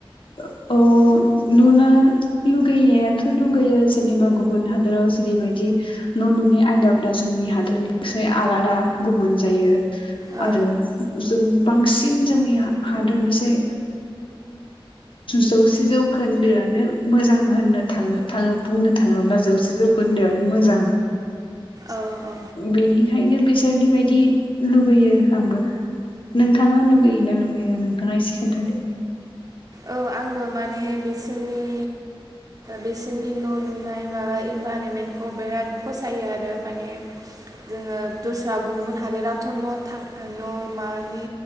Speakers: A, on the left; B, on the right.
A: अ लुनो लुगैनायाथ' लुगैयो जेनबा गुबुन हादराव जेरैबायदि न' लुनाइ आयदाफोरा जोंनि हादोरनिफ्राइ आलादा गुबुन जायो।
B: औ
A: आरो जों बांसिन जोंनि हादोरनिसै जौसे जौखोन्दोआनो मोजां होननो थाङ थाङ बुंनो थाङोब्ला जौसे जौ खोन्दोआनो मोजां
B: औ औ
A: बेनिखायनो बिसोरनि बायदि लुुबैयो आंबो नोंथाङा लुगैयोना लुगैया नोंथाङा एसे खोन्थादो
B: औ आंबो माने बिसोरनि बिसोरनि न' लुनाय माबा इनभाररनमेन्टखौ बिराद फसायो आरो माने जोङो दस्रा गुबुन हादोरावथ' न' थ न' मानि